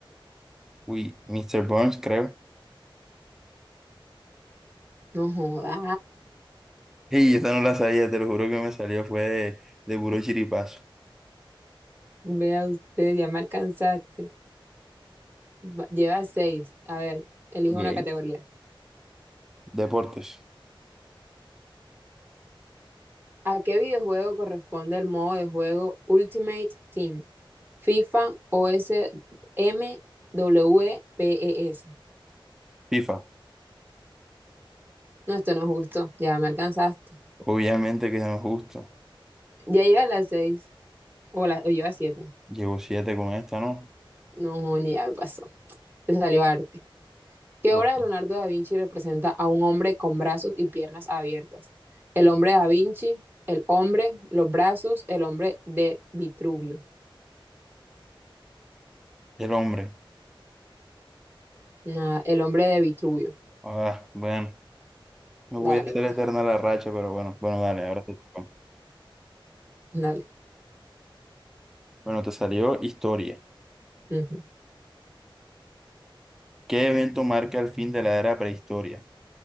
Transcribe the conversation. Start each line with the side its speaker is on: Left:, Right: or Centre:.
Centre: uy, Mister Burns, creo.
Right: No joda.
Centre: Y esa no la sabía, te lo juro que me salió, fue de, de puro chiripazo.
Right: Vea usted, ya me alcanzaste. Va- Lleva seis. A ver, elige
Centre: Ok.
Right: una categoría.
Centre: Deportes,
Right: ¿A qué videojuego corresponde el modo de juego Ultimate Team? FIFA, O S M W E P E S.
Centre: FIFA,
Right: No, esto no es justo. Ya me alcanzaste.
Centre: obviamente que no es justo.
Right: Ya lleva las seis. O, la, o lleva siete.
Centre: Llevo siete con esta, ¿no?
Right: No, ni ya me pasó. de Salivarte. ¿Qué
Centre: Ok.
Right: obra de Leonardo da Vinci representa a un hombre con brazos y piernas abiertas? El hombre da Vinci, el hombre, los brazos, el hombre de Vitruvio.
Centre: El hombre.
Right: Nada, el hombre de Vitruvio.
Centre: Ah, bueno, no
Right: Dale,
Centre: voy a hacer
Right: pues,
Centre: eterna la racha, pero bueno, bueno, dale, ahora te toca.
Right: dale.
Centre: Bueno, te salió historia.
Right: Ujú.
Centre: ¿Qué evento marca el fin de la era prehistoria?